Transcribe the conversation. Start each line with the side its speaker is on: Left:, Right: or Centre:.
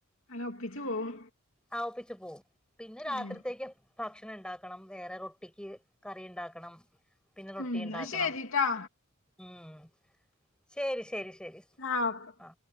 Left: അന ഒപ്പിച്ചു പോവും
Centre: ആ ഒപ്പിച്ച് പോവും പിന്നെ രാത്രിത്തേക്ക്
Left: ഉം
Centre: ഭക്ഷണം ണ്ടാക്കണം വേറെ ൊട്ടിക്ക് കറി ണ്ടാക്കണം. പിന്നെ റൊട്ടി
Left: ഉം
Centre: ഇണ്ടാക്കണം
Left: എന്നാ ശരിട്ടോ
Centre: ഉം ശരി ശരി ശരി
Left: ആഹ് ഓക്കെ
Centre: ആ